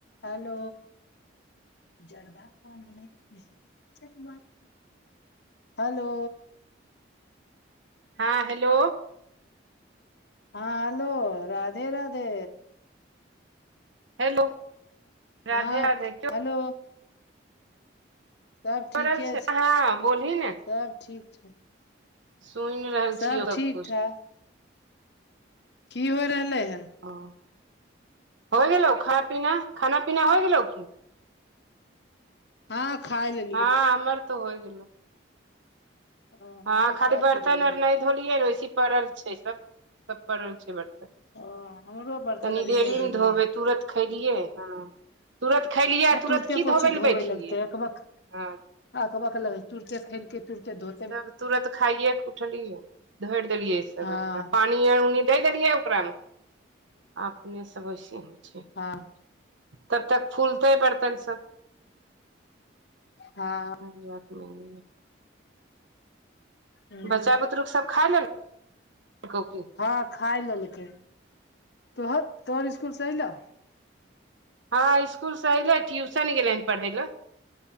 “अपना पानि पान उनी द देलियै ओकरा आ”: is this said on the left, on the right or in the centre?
Right